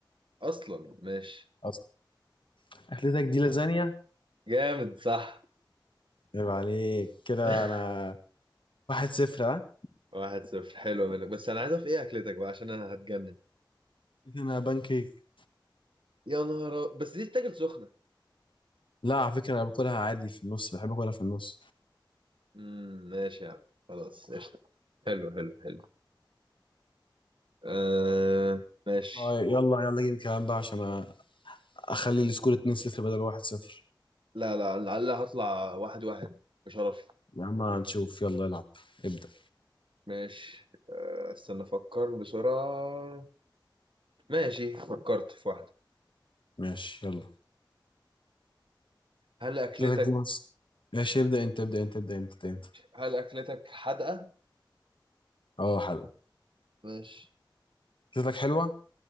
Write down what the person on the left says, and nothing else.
اصلا اكلتك دي لازانيا
عيب عليك كده
انا واحد صفر ها
انا بانكيك
لا على فكرة انا باكلها عادي في النص بحب اكلها في النص
آه يلا يلا جيب كمان بقى عشان اخلي السكور 2-0 بدل 1-0
يا عم هنشوف يلا العب ابدأ
ماشي يلا
شكلك دي بس ماشي ابدأ انت ابدأ انت ابدأ انت ابدأ انت
اه حلو
شكلك حلوة